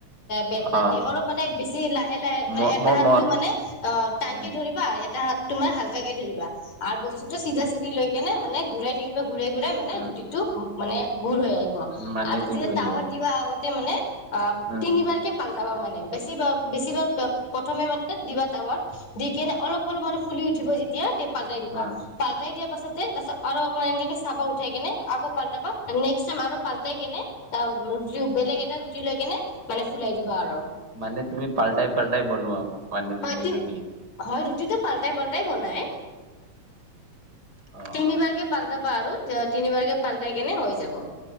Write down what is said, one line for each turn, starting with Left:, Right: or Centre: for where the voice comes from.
Left: বেননাতি
Right: অ
Left: অলপ মানে বেছি লাহে লাহে মানে
Right: ম ম
Left: তাহাতটো
Right: ম
Left: মানে অ টানকে
Right: উম
Left: ধৰিব আৰু এটা হাত তোমাৰ হালকাকে ধৰিবা আৰু বস্তুটো চিধা চিধি লৈ কেনে মানে ঘূৰাই থাকিবা ঘূৰাই ঘূৰাই মানে
Right: উম
Left: ৰুটিটো হ মানে- গুৰ হৈ আহিব
Right: মানে
Left: আৰু
Right: গোল
Left: যেতিয়া
Right: হৈ
Left: টাৱাত
Right: যাব
Left: দিবা আগ মানে অ
Right: উম
Left: তিনিবাৰকে পাল যাবা মানে, বেছি বাৰ বেছিভাগ প্ৰথমে মানে দিবা টাৱাত, দি কিনে অলপ অলপ মানে ফুলি উঠিব যেতিয়া পালটাই দিবা,
Right: হা
Left: পালটাই দিয়াৰ পাছত তাৰ পাছত আৰু অকমান এনকে চাবা উঠাই কেনে আকৌ পালটাবা, নেক্সট টাইম আৰু পালটাই কেনে বেলেগ এটা ৰুটি লৈ কেনে মানে ফুলাই দিবা আৰু।
Right: মানে তুমি পাল্টাই পাল্টাই বনোৱা মানে
Left: হয়
Right: তুমি
Left: তি
Right: ৰুটি।
Left: হয় ৰুটিটো পাল্টাই পাল্টাই বনাই।
Right: অ
Left: তিনিবাৰকে
Right: অ
Left: পালটাবা আৰু তিনিবাৰকে পালটাই কেনে হৈ যাব।